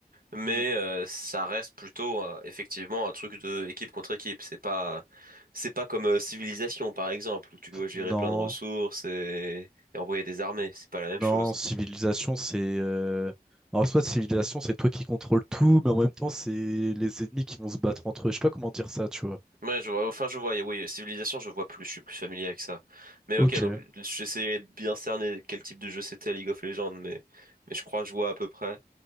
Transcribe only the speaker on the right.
mais
euh, ça reste plutôt euh, effectivement un truc de équipe contre équipe. C'est pas c'est pas comme euh, Civilisation par exemple où tu dois gérer
plein de ressources et, et envoyer des armées. C'est pas la même
chose.
Ouais, je vois. Enfin, je vois. Oui, Civilisation, je vois plus. Je suis plus familier avec ça. Mais
ok, donc j'essayais de bien cerner quel type de jeu c'était League of Legends, mais mais je crois que je vois à peu près.